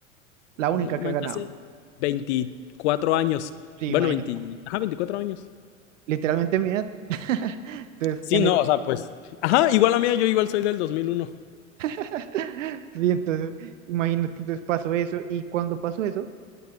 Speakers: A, on the right; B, on the left.
A: la única
B: no manches,
A: que ha ganado.
B: hace 24 años.
A: Sí,
B: Bueno,
A: imagínate.
B: 20, ajá, 24 años.
A: literalmente mi edad. <laughs> Entonces,
B: Sí,
A: en
B: no,
A: el-
B: o sea, pues. Ajá, igual a mí yo igual soy del 2001.
A: <laughs> sí, entonces, imagínate, entonces pasó eso y cuando pasó eso,